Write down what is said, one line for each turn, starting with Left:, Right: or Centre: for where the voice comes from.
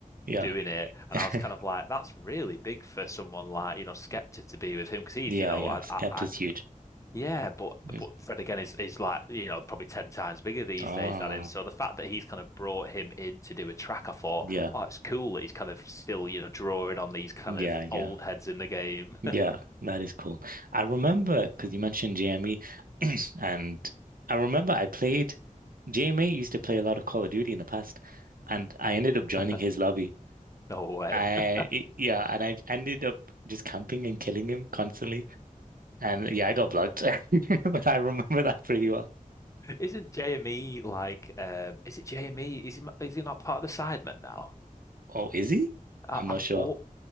Right: yeah.
Left: doing it. And
Right: <laughs>
Left: I was kind of like, that's really big for someone like you know Skepta to be with him because he's
Right: Yeah,
Left: you know
Right: yeah.
Left: I,
Right: Skepta's
Left: I I
Right: huge.
Left: yeah, but
Right: <laughs> Yes.
Left: but Fred again is is like you know probably ten times bigger these
Right: Ah,
Left: days than him. So the fact that he's kind of brought him in to do a track, I thought,
Right: yeah,
Left: oh, it's cool that he's kind of still you know drawing on these kind
Right: yeah,
Left: of
Right: yeah.
Left: old heads in the game.
Right: Yeah, that is cool. I remember because you mentioned JME, <clears throat> and I remember I played JME used to play a lot of Call of Duty in the past, and I ended up joining
Left: <laughs>
Right: his lobby.
Left: No way.
Right: I
Left: <laughs>
Right: it- yeah, and I ended up just camping and killing him constantly. And yeah, I got blocked, <laughs> but I remember that pretty well.
Left: Isn't JME like? Uh, is it JME? Is he is he not part of the Sidemen now?
Right: Oh, is he?
Left: I,
Right: I'm not
Left: I'm
Right: sure.
Left: all